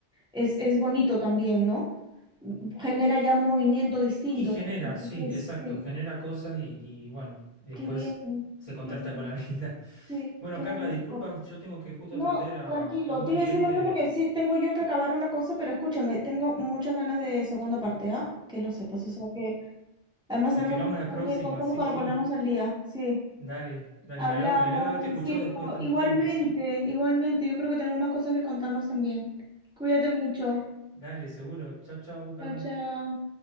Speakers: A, in the centre; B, on the left.
A: es, es bonito también, ¿no? Genera ya un movimiento distinto.
B: Y genera,
A: Entonces,
B: sí, exacto,
A: sí,
B: genera cosas y, y, bueno, después
A: qué bien,
B: se contrasta
A: qué bien,
B: con la <laughs> vida.
A: sí,
B: Bueno,
A: qué
B: Carla,
A: bonito.
B: disculpa, yo tengo que justo
A: No,
B: atender a,
A: tranquilo,
B: a un
A: te
B: cliente.
A: iba a decir lo mismo porque sí tengo yo que acabar una cosa, pero escúchame, tengo muchas ganas de segunda parte, ¿ah? Que lo sepas, o sea que además
B: Continuamos
A: tenemos un
B: la
A: montón
B: próxima,
A: de cosas
B: sí,
A: para
B: sí.
A: ponernos al día, sí.
B: Dale, dale,
A: Hablamos,
B: me lo, me lo he
A: Francisco,
B: escuchado después de tanto
A: igualmente,
B: tiempo, sí.
A: igualmente, yo creo que tenemos más cosas que contarnos también. Cuídate mucho.
B: Dale, seguro. Chau, chau, Carla.
A: Chao, chao.